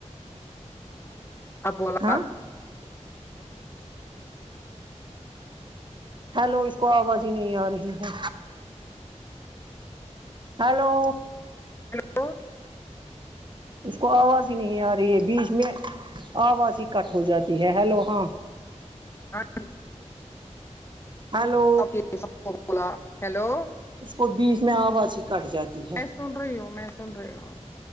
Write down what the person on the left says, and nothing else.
<inaudible> اب بولا
تو
ہاں
<inaudible> کہ سب کو بولا ہیلو
میں سن رہی ہوں میں سن رہی ہوں